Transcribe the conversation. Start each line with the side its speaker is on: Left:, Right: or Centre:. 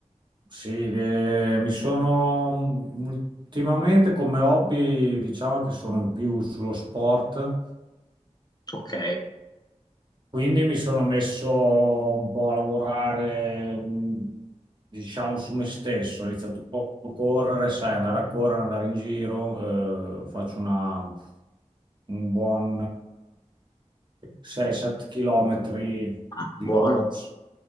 Right: sì, eh, mi sono mm, ultimamente come hobby, diciamo che sono più sullo sport
Left: Ok,
Right: Quindi mi sono messo un po' a lavorare, mh, diciamo, su me stesso. Ho iniziato un po' a correre, sai, andare a correre, andare in giro. eh, faccio una, un buon eh, 6-7 chilometri
Left: ah,
Right: di
Left: buono.
Right: corsa.